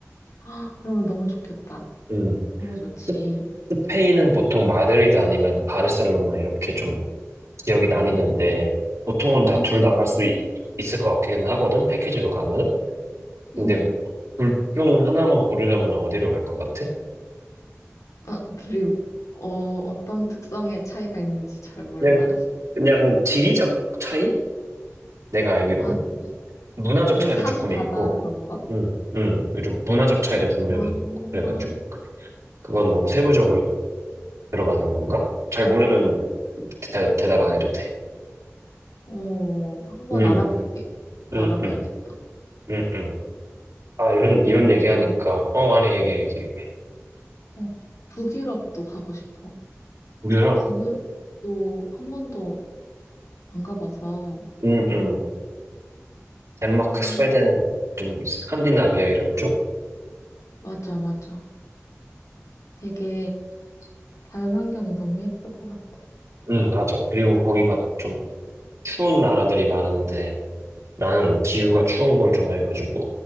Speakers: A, on the left (about 80°); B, on the right (about 70°).
A: 아, 그러면 너무 좋겠다.
B: 응.
A: 너무 좋지.
B: 스- 스페인은 보통 마드리드 아니면 바르셀로나 이렇게 좀 지역이 나뉘는데 보통은
A: 음,
B: 다 둘 다 갈 수 있을 것 같긴 하거든 패키지로 가면은 근데
A: 음.
B: 둘 중 하나만 고르려면 어디로 갈 것 같아?
A: 아, 둘이, 어, 어떤 특성의 차이가 있는지 잘 몰라.
B: 그냥 그냥 지리적 차이? 내가 알기로는
A: 아, 그래?
B: 문화적
A: 뭐,
B: 차이도
A: 산,
B: 조금
A: 바다,
B: 있고
A: 그런 거?
B: 음, 음, 좀 문화적 차이도 분명히
A: 아,
B: 있고 그래가지고 그건 너무 세부적으로 들어가는 건가? 잘 모르면 대, 답안 해도 돼.
A: 어, 한번
B: 음,
A: 알아볼게. 한번
B: 음,
A: 알아봐야겠다.
B: 음, 음, 음. 아, 이런,
A: 그리고,
B: 이런 얘기하니까.
A: 그,
B: 어, 아니, 얘기, 얘기.
A: 어, 북유럽도 가고 싶어.
B: 유럽?
A: 북유럽도 한 번도 안 가봐서
B: 응, 응. 덴마크,
A: 그
B: 스웨덴, 좀, 스칸디나비아 이런 쪽.
A: 맞아 맞아 되게 자연환경이 너무 예쁠 것 같아
B: 응, 맞아. 그리고 거기가 좀 추운 나라들이 많은데, 나는 기후가 추운 걸 좋아해가지고,